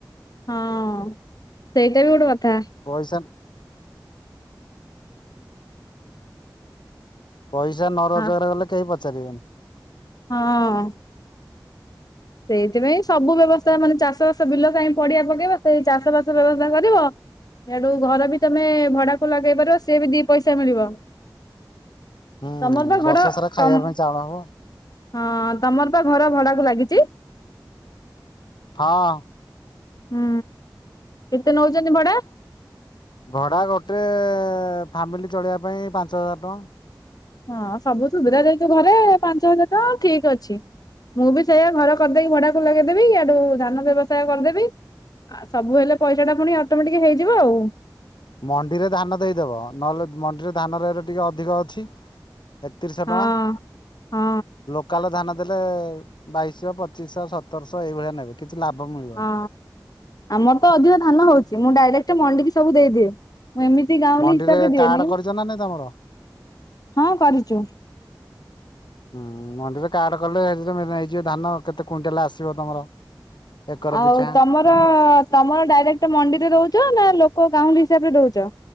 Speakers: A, on the left; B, on the left.
A: ହଁ ସେଇଟା ବି ଗୋଟେ କଥା
B: ପଇସା ପଇସା ନ ରୋଜଗାର
A: ହଁ।
B: କଲେ କେହି ପଚାରିବେନି
A: ହଁ। ସେଇଥିପାଇଁ ସବୁ ବ୍ୟବସ୍ଥା ମାନେ ଚାଷ ବାସ ବିଲ କାହିଁ ପଡିିଆ ପକେଇବା ସେଇ ଚାଷ ବାସ ବ୍ୟବସ୍ଥା କରିବ ଇଆଡୁ ଘର ବି ତମେ ଭଡାକୁ ଲଗେଇ ପାରିବ ସିଏ ବି ଦି ପଇସା ମିଳିବ।
B: ହୁଁ
A: ତମର ପରା
B: ବର୍ଷ
A: ଘର
B: ସାରା ଖାଇବା
A: ତମ
B: ପାଇଁ ଚାଉଳ ହବ।
A: ହଁ ତମର ପା ଘର ଭଡାକୁ ଲାଗିଚି?
B: ହଁ।
A: ହୁଁ। କେତେ ନଉଛନ୍ତି ଭଡା?
B: ଭଡ଼ା ଗୋଟେ ଫାମିଲି ଚଳିବା ପାଇଁ ପାଞ୍ଚ ହଜାର ଟଙ୍କା।
A: ହଁ ସବୁ ସୁବିଧା ଯେହେତୁ ଘରେ ପାଞ୍ଚ ହଜାର ଟଙ୍କା ଠିକ୍ ଅଛି। ମୁଁ ବି ସେଇଆ ଘର କରିଦେଇକି ଭଡାକୁ ଲଗେଇଦେବି। ଇଆଡୁ ଧାନ ବ୍ୟବସାୟ କରିଦେବି। ଆ ସବୁ ହେଲେ ପଇସା ଟା ପୁଣି ଅଟୋମେଟିକ୍ ହେଇଯିବ ଆଉ।
B: ମଣ୍ଡିରେ ଧାନ ଦେଇଦେବ। ନହେଲେ ମଣ୍ଡିରେ ଧାନ ରେଟ୍ ଟିକେ ଅଧିକ ଅଛି। ଏକତିରିଶଶହ
A: ହଁ
B: ଟଙ୍କା।
A: ହଁ
B: ଲୋ <unintelligible> ଧାନ ଦେଲେ ବାଇଶହ ପଚିଶହ ସତରଶହ ଏଇଭଳିଆ ନେବେ। କିଛି ଲାଭ ମିଳି
A: ହଁ ଆମର ତ ଅଧିକ ଧାନ ହଉଚି। ମୁଁ ଡାଇରେକ୍ଟ ମଣ୍ଡିିକି ସବୁ ଦେଇଦିଏ। ମୁଁ ଏମିତି ଗାଉଁଲି
B: ମଣ୍ଡିରେ
A: ହିସାବରେ ଦିଏନି।
B: କାର୍ଡ କରିଛ ନା ନାଇଁ ତମର?
A: ହଁ କରିଚୁ।
B: ହୁଁ ମଣ୍ଡିର କାର୍ଡ କଲେ ସେଥିରେ ନେଇଯିବେ ଧାନ କେତେ କୁଇଣ୍ଟାଲ ଆସିବ ତମର। ଏକର
A: ଆଉ
B: ପିଛା
A: ତମର ତମର ଡାଇରେକ୍ଟ ମଣ୍ଡିରେ ଦଉଚ ନା ଲୋକ ଗାଉଁଲି ହିସାବରେ ଦଉଚ?